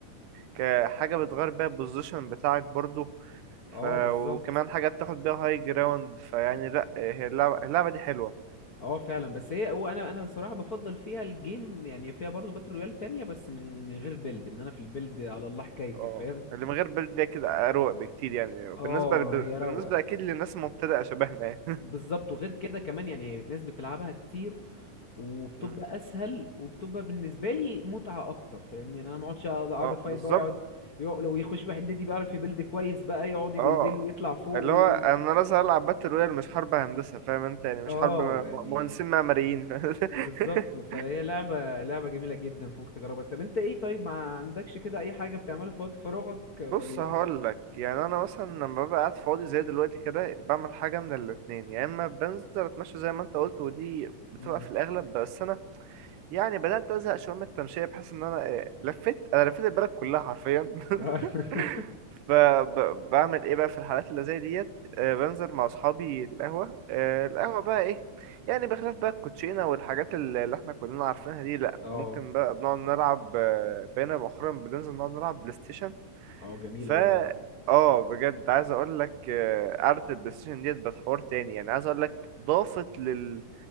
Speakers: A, on the right; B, on the left.
A: كحاجة بتغير بيها البوزيشن بتاعك برضو
B: اه
A: ف...
B: بالظبط
A: وكمان حاجة بتاخد بيها هاي جراوند فيعني لا هي اللعبة, اللعبة دي حلوة
B: اه فعلا بس هي هو انا انا بصراحه بفضل فيها الجيم يعني فيها برضه باتل رويال تانية بس من من غير بيلد ان انا في البيلد على الله حكايتي
A: اه
B: فاهم
A: اللي من غير برد ده كده اروق بكتير يعني
B: اه
A: بالنسبة ب...
B: هي
A: بالنسبة
B: روقه
A: اكيد للناس المبتدئة شبهنا يعني
B: بالظبط وغير كده كمان يعني ناس بتلعبها كتير وبتبقى
A: <laughs>
B: اسهل وبتبقى بالنسبه لي متعه اكتر فاهمني يعني انا ما اقعدش اقعد أقعد
A: اه
B: افايت
A: بالظبط
B: بقى ويقعد يق- لو يخش واحد ديدي بيعرف يبيلد كويس بقى يقعد يبيلد
A: اه
B: له ويطلع فوق
A: اللي
B: وي...
A: هو انا لازم العب باتل رويال مش حرب هندسه فاهم انت يعني مش
B: اه
A: حرب م-
B: يعني
A: مهندسين معماريين فاهم؟ <laughs>
B: بالظبط فهي لعبة لعبة جميلة جدا فممكن تجربها طب انت ايه طيب ما عندكش كده اي حاجة بتعملها في وقت فراغك ولا
A: بص هقول لك يعني انا مثلا لما ببقى قاعد فاضي زي دلوقتي كده بعمل حاجه من الاتنين يا اما بنزل اتمشى زي ما انت قلت ودي بتبقى
B: مم.
A: في الاغلب بس انا يعني بدأت أزهق شوية من التمشية بحس إن أنا إيه، لفيت أنا لفيت البلد كلها حرفيا
B: اه <laughs>
A: <laughs> فبعمل إيه بقى في الحالات اللي زي ديت آه، بنزل مع أصحابي القهوة آه، القهوة بقى إيه يعني بخلاف بقى الكوتشينة والحاجات اللي اللي إحنا كلنا عارفينها دي لأ
B: اه
A: ممكن بقى بنقعد نلعب آه، بقينا مؤخرا بننزل نقعد نلعب بلاي ستيشن
B: آه، جميل
A: فا
B: قوي ده
A: اه بجد عايز اقول لك آه، قعدة البلاي ستيشن ديت بتحور تاني يعني عايز اقول لك ضافت لل